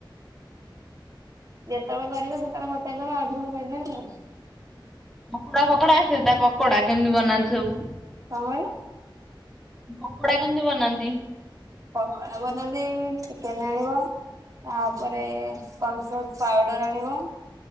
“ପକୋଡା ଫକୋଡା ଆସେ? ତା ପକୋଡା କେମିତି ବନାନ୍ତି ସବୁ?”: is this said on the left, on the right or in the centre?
Centre